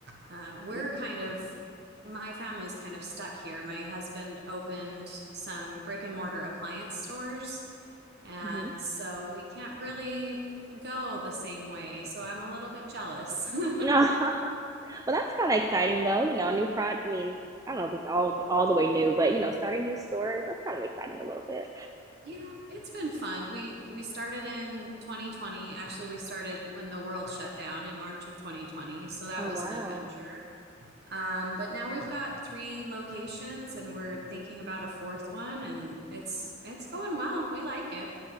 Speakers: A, on the right (about 55°); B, on the right (about 15°).
A: Uh, we're
B: Yeah.
A: kind of, my family's kind of stuck here. My husband opened some brick and mortar appliance stores, and
B: hmm
A: so we can't really go the same way. So I'm a little bit jealous. <laughs>
B: <laughs> Well, that's kind of exciting, though. You know, a new product. I mean, I don't know if it's all all the way new, but you know, starting new stores that's kind of exciting a little bit.
A: Yeah, it's been fun. We we started in 2020. Actually, we started when the world shut down in March of 2020, so that
B: Oh
A: was
B: wow,
A: an adventure. Um, but now we've got three locations and we're thinking about a fourth one and it's it's going well. We like it.